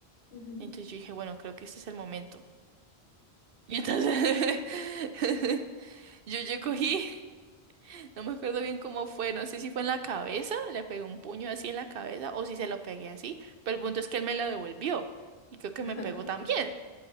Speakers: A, on the left; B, on the right.
A: Ujú.
B: Entonces yo dije, bueno, creo que este es el momento. Y entonces <laughs> yo, yo cogí, <laughs> no me acuerdo bien cómo fue, no sé si fue en la cabeza, le pegué un puño así en la cabeza o si se lo pegué así, pero el punto es que él me lo devolvió y creo que
A: <laughs>
B: me pegó
A: Ok.
B: también.